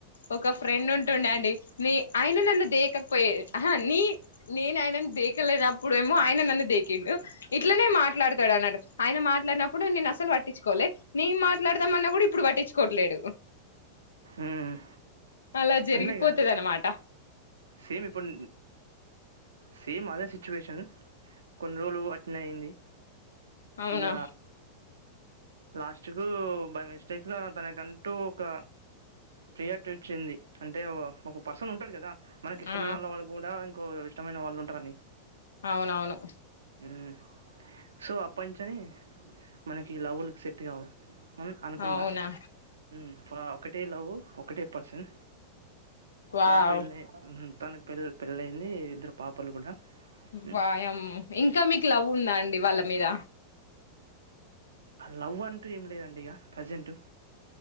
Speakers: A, on the left (about 80°); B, on the right (about 80°).
A: ఒక ఫ్రెండ్ ఉంట ఉండేండి న ఆయన నన్ను దేకకపోయహా నీ నేను ఆయన దేకలేనప్పుడేమో ఆయన నన్ను దేకండు ఇట్లనే మాట్లాడతాడు అన్నడు ఆయన మాట్లాడిన ఇప్పుడు నన్న అసలు పట్టించుకోలే నేను నడదామన్నా కూడా ఇప్పుడు పట్టించుకోట్లేడు
B: ఉమ్
A: అలా జరిగిపోతుది
B: అండ్లే అలా కదా
A: అనమాట
B: సేమ్ ఇప్పుడు సేమ్ అదే సిచువేషన్ కొన్ని రోల్ అట్న్ అయింది
A: అవునా
B: ఇగ లాస్ట్ కు బై మిస్టేక్ గా తనకంటూ ఒక పయర్టీ వచ్చింది అంటే ఒక పర్సన్ ఉంటాడు కదా మనకి ఇష్టమైన
A: ఆ
B: వాళ్ళ గూడా ఎకో ఇష్టమైన వాళ్ళు ఉంటారని
A: అవునవును
B: మ్ సో అప్ ప్పంచని మనకి లవులు సెట్ గావు మ్ అనుకున్నా
A: అవునా
B: మ్ ఇప్పుడు ఒకటి లవ్ ఒకటిే పర్సెన్
A: వావ్
B: తనకు పెళ్ళి ఊహు తనకి పెళ్ పెళ్ళయింది ఇద్దరు పాపలు కూడా మ్మ్.
A: వాయమ్మో ఇంకా మీకు లవ్ ఉందా అండి వాళ్ళ మీద
B: ఆ లవ్ అంటూ ఏం లేదండి ఇక ప్రజెంట్